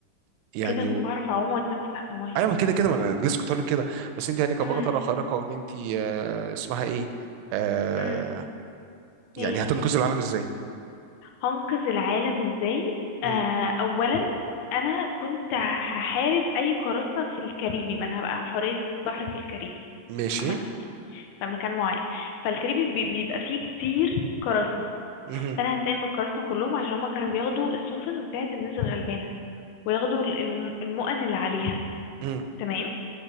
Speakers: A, on the right (about 85°); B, on the left (about 80°).
A: يعني
B: كده هكون بعرف اعوم واتنفس تحت المية
A: ايوه ما كده كده ما انا لسه كنت هقول لك كده بس انت يعني كبطله
B: امم
A: خارقه وان انت آه اسمها ايه آه
B: امم
A: يعني
B: ايه
A: هتنقذي العالم ازاي
B: هنقذ العالم ازاي
A: مم.
B: آه اولا انا كنت هحارب اي قراصنة في الكاريبي ما انا هبقى حورية بحر في الكاريبي
A: ماشي
B: عامة يعني في مكان معين فالكاريبي بي- بيبقى فيه كتير قراصنة
A: مهم.
B: فانا هنتقم من الكراسنا كلهم عشان هما كانوا بياخدوا السفن بتاعت الناس الغلبانه وياخدوا الم- المؤن اللي عليها
A: مم.
B: تمام